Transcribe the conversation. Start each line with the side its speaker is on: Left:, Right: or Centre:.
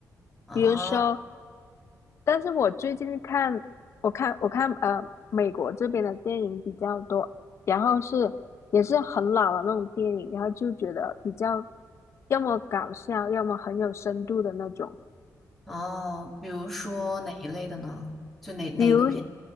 Centre: 啊？
Left: 比如说。但是我最近看，我看我看呃，美国这边的电影比较多，然后是也是很老的那种电影，然后就觉得比较要么搞笑，要么很有深度的那种。
Centre: 哦，比如说哪一类的呢？就哪哪个片
Left: 比如，